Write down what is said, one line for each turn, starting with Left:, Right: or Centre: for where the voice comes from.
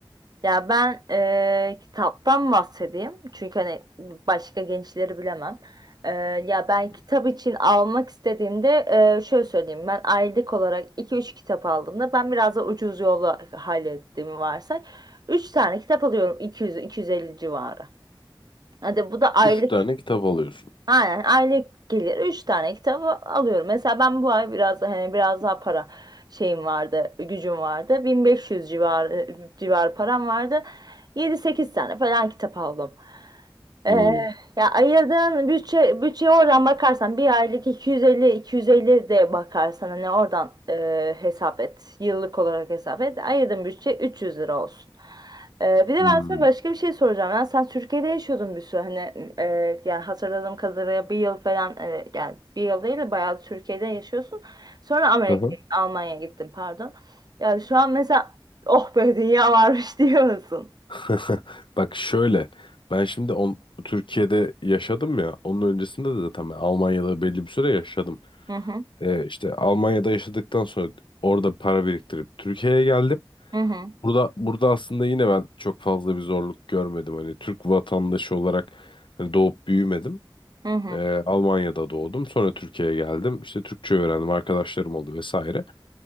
Right: Ya ben eee, kitaptan bahsedeyim. Çünkü hani başka gençleri bilemem. Eee, ya ben
Left: Hı hı.
Right: kitap için almak istediğimde eee, şöyle söyleyeyim. Ben aylık olarak iki üç kitap aldığımda ben biraz da ucuz yolla hallettiğimi varsay. üç tane kitap alıyorum 200-250 civarı. Hadi bu da aylık.
Left: Üç tane kitap alıyorsun.
Right: Aynen aylık gelir. Üç tane kitabı alıyorum. Mesela ben bu ay biraz hani biraz daha para şeyim vardı, gücüm vardı. bin beş yüz civar civar param vardı. yedi sekiz tane falan kitap aldım. Ee,
Left: Hmm.
Right: ya ayırdığın bütçe bütçeye oradan bakarsan bir aylık iki iki yüz elli iki yüz elli de bakarsan hani oradan e, hesap et. Yıllık olarak hesap et. Ayırdığın bütçe 300 lira olsun. Ee, bir de
Left: Hmm.
Right: ben sana başka bir şey soracağım. Yani sen Türkiye'de yaşıyordun bir süre. Hani e, yani hatırladığım kadarıyla bir yıl falan e, yani bir yıl değil de bayağı Türkiye'de yaşıyorsun. Sonra Amerika,
Left: Hı hı.
Right: Almanya'ya gittin pardon. Yani şu an mesela oh be dünya varmış <laughs> diyor musun?
Left: <laughs> Bak şöyle ben şimdi on, Türkiye'de yaşadım ya onun öncesinde de zaten ben Almanya'da belli bir süre yaşadım.
Right: Hı hı,
Left: Ee, işte Almanya'da yaşadıktan sonra orada para biriktirip Türkiye'ye geldim.
Right: hı hı,
Left: Burada burada aslında yine ben çok fazla bir zorluk görmedim. Hani Türk vatandaşı olarak hani doğup büyümedim.
Right: hı hı,
Left: Ee, Almanya'da doğdum. Sonra Türkiye'ye geldim. İşte Türkçe öğrendim. Arkadaşlarım oldu vesaire.